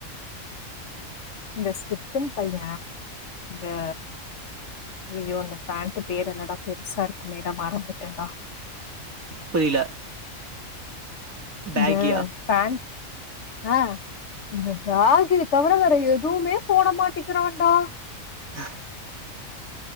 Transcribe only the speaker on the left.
இந்த சித்தின் பைய ஆ ஐயோ இந்த பேஃண்ட்டு பேரு என்னடா பெருசா இருக்குமேடா மறந்துட்டேன்டா
இந்த பேண்ட் அ இந்த பேகிய தவிர வேற எதுவுமே போட மாட்டிக்கிறாக்கா